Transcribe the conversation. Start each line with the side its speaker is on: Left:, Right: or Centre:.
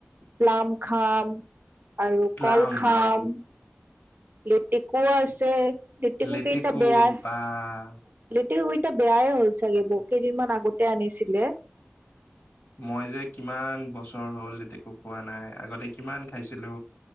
Right: প্লাম খাম। আৰু
Left: প্লাম
Right: কল খাম লিটিকুৱা আছে লিটিকু
Left: লেটেকু
Right: কেইটা বেয়া
Left: বা
Right: তেওঁ এইটা বেয়াই হ'ল চাগে বহু কেইদিনমান আগতে আনিছিলে।
Left: মই যে কিমান বছৰ হ'ল লেটেকু খোৱা নাই, আগতে কিমান খাইছিলো।